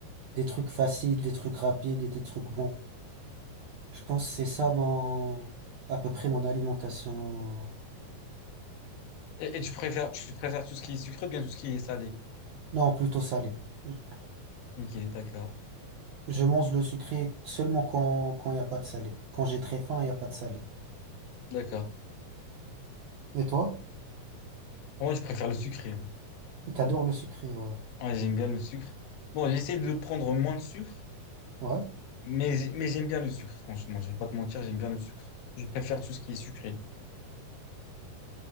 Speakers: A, on the right (about 70°); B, on the left (about 80°).
A: des trucs faciles, des trucs rapides et des trucs bons. Je pense que c'est ça mon, à peu près mon alimentation.
B: Et, et tu préfères, tu préfères tout ce qui est sucré, ou bien tout ce qui est salé.
A: Non, plutôt salé. Je
B: Ok, d'accord,
A: je mange le sucré seulement quand, quand il n'y a pas de salé. Quand j'ai très faim, il n'y a pas de salé.
B: d'accord.
A: Et toi?
B: Moi, je préfère le sucré.
A: T'adores le sucré, ouais.
B: Ouais, j'aime bien le sucre. Bon, j'essaie de prendre moins de sucre,
A: Ouais?
B: mais, j- mais j'aime bien le sucre, franchement. Je vais pas te mentir, j'aime bien le sucre. Je préfère tout ce qui est sucré.